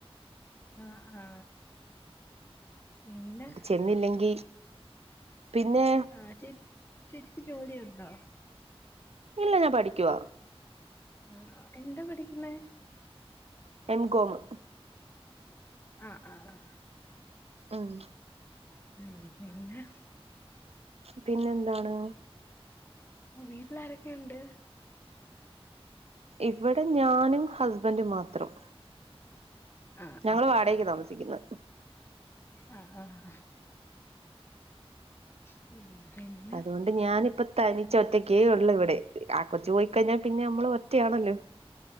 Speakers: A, on the left; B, on the right.
A: അ ആ പിന്നെ
B: ചെന്നില്ലെങ്കി പിന്നെ
A: ആ ച്ച് ച്ച് ജോലി ഇണ്ടോ?
B: ഇല്ല ഞാൻ പഠിക്കുവാ
A: ആ എന്താ പഠിക്കുന്നെ?
B: എം കോമ്
A: ആ ആ ആ
B: ഉം
A: ഉം പിന്നെ
B: പിന്നെ എന്താണ്?
A: വീട്ടിൽ ആരൊക്കെ ഇണ്ട്?
B: ഇവടെ ഞാനും ഹസ്ബൻറും മാത്രം
A: ആഹ്
B: ഞങ്ങള് വാടകക്ക് താമസിക്കുന്ന
A: ആ ആ ആ ഉം പിന്നെ
B: അതോണ്ട് ഞാനിപ്പ തനിച്ച ഒറ്റക്കേ ഉള്ളൂ ഇവിടെ ആ കൊച്ച് പോയിക്കഴിഞ്ഞാൽ പിന്നെ നമ്മള് ഒറ്റയാണല്ലോ